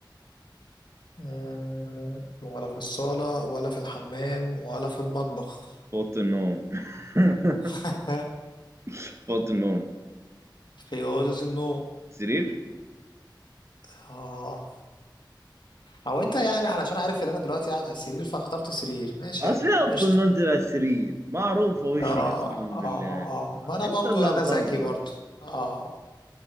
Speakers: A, on the left; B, on the right.
A: مم، ولا في الصالة ولا في الحمام ولا في المطبخ
B: في أوضة النوم <laughs>
A: <laughs>
B: في أوضة النوم
A: في أوضة النوم
B: سرير
A: اه هو انت يعني علشان عارف ان انا دلوقتي قاعد على السرير فاخترت سرير ماشي
B: أصل
A: يا عم
B: إيه أوضة
A: قشطة
B: النوم تبقى سرير معروفة وشي
A: اه
B: قسما بالله
A: اه اه ما انا
B: أنت
A: برضو
B: اللي
A: يعني
B: بتهزر
A: انا ذكي برضو اه